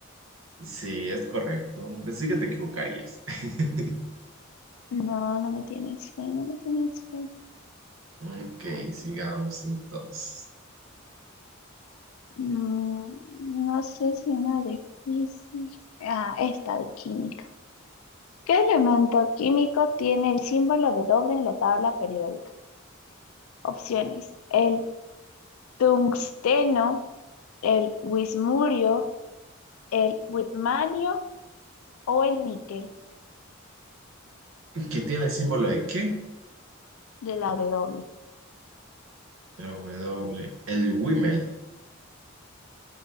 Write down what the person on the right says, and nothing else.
Sí, es correcto. Pensé que te equivocarías. <laughs>
Ok,
sigamos entonces.
¿Qué tiene el símbolo de qué?
La W. El Wimel.